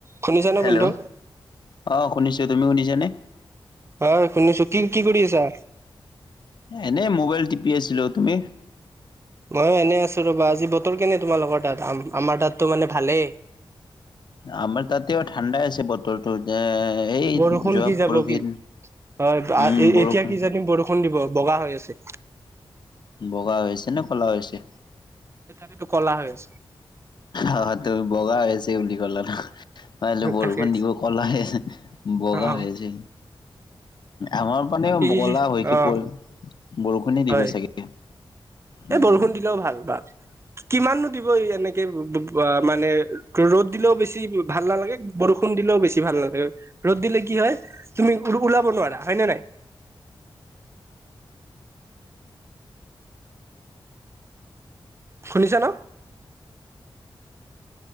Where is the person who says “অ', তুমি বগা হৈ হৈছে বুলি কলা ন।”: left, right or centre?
Left